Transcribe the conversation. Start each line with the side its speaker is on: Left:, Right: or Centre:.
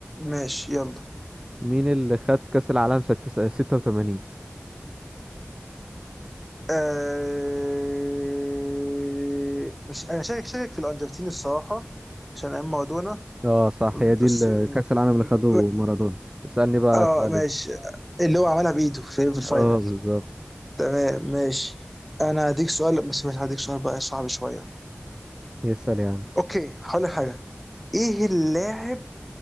Centre: ماشي يلا
Right: مين اللي خد كأس العالم ستة- 86
Centre: أه... مش انا شاكك شاكك في الارجنتين الصراحه عشان ايام مارادونا
Right: اه صح
Centre: بس
Right: هي دي ال-
Centre: م-
Right: كأس العالم
Centre: م-
Right: اللي خده مارادونا اسألني بقى
Centre: اه
Right: سؤالين
Centre: ماشي اللي هو عملها بايده في في الفاينل
Right: اه بالظبط
Centre: تمام ماشي انا هديك سؤال بس مش هديك سؤال بقى صعب شويه
Right: يسأل يا عم
Centre: اوكي هقول لك حاجه ايه اللاعب